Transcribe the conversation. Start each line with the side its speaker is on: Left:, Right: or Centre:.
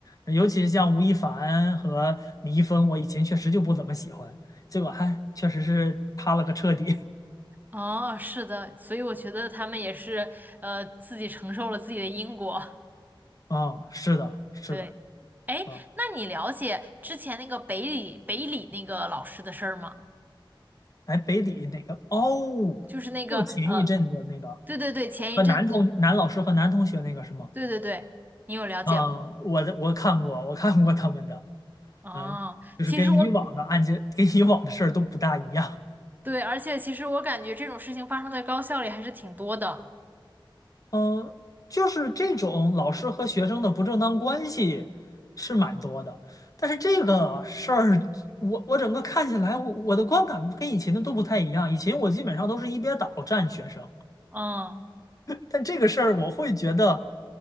Left: 尤其像吴亦凡和李易峰，我以前确实就不怎么喜欢，结果还确实是塌了个彻底
Right: 哦，是的，所以我觉得他们也是呃自己承受了自己的因果。
Left: <laughs> 啊，是的，是的。
Right: 对，哎，
Left: 啊。
Right: 那你了解之前那个北理北理那个老师的事儿吗？
Left: 哎，北理哪个？哦，
Right: 就是那个呃，
Left: 就前一阵子那个
Right: 对对对，前一阵子，
Left: 和男同男老师和男同学那个是吗？
Right: 对对对，你有了解吗？
Left: 啊、我的我看过，我看过他们的，
Right: 啊，
Left: 嗯，就是跟以往的案件，
Right: 其实我
Left: 跟以往的事儿都不大一样。
Right: 对，而且其实我感觉这种事情发生在高校里还是挺多的。
Left: 嗯，就是这种老师和学生的不正当关系是蛮多的，但是这个事儿，我我整个看起来，我我的观感跟以前的都不太一样。以前我基本上都是一边倒站学生，
Right: 嗯，
Left: 但这个事儿我会觉得，